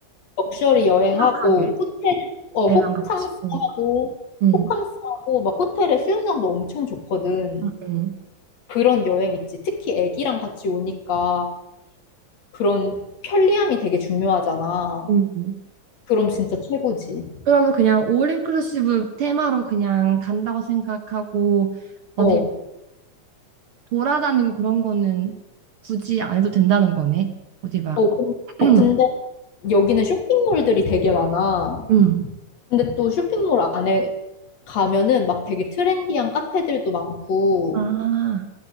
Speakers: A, on the left (about 65°); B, on the right (about 55°).
A: 럭셔리 여행하고
B: 푸석하게
A: 호텔 어
B: 애랑
A: 호캉스하고
B: 같이. 응. 응.
A: 호캉스하고 막 호텔에 수영장도 엄청 좋거든.
B: 응. 응.
A: 그런 여행 있지. 특히 애기랑 같이 오니까 그런 편리함이 되게 중요하잖아.
B: 응. 응.
A: 그럼 진짜 최고지.
B: 그러면 그냥 올 인클루시브 테마로 그냥 간다고 생각하고 어디
A: 어,
B: 돌아다니고 그런 거는 굳이 안 해도 된다는 거네. 어디 막
A: 어, 근-
B: <clears throat>
A: 어,
B: 음,
A: 근데 여기는 쇼핑몰들이 되게 많아.
B: 음.
A: 근데 또 쇼핑몰 안에 가면은 막 되게 트렌디한 카페들도 많고
B: 아,